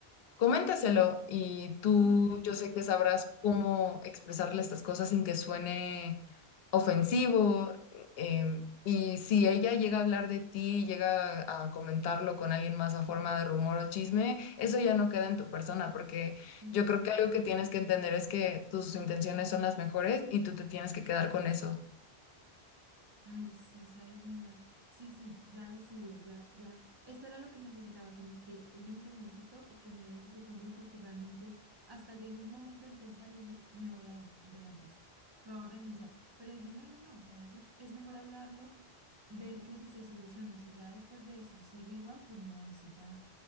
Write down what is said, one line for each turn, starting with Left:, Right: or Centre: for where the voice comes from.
Left: coméntaselo y tú
Right: sí,
Left: yo sé que
Right: yo
Left: sabrás
Right: creo.
Left: cómo expresarle estas cosas sin que suene ofensivo. em, y si ella llega a hablar de ti, llega a comentarlo con alguien más a forma de rumor o chisme, eso ya no queda en tu persona, porque
Right: sí,
Left: yo creo
Right: total.
Left: que algo que tienes que entender es que tus intenciones son las mejores y tú te tienes que quedar con eso.
Right: Ay, sí, sabes, mira, sí, sí, ya he decidido, ya, ya, esto era lo que necesitaba, como que un empujoncito o que me dieras ese consejo, porque realmente hasta llegué un momento en pensar y dije, me voy a ir de la empresa, o sea, voy a renunciar, pero dije, no, no, no, o sea, a veces es mejor hablarlo, ver que si se soluciona, si ya después de eso sigue igual, pues no, y si ya,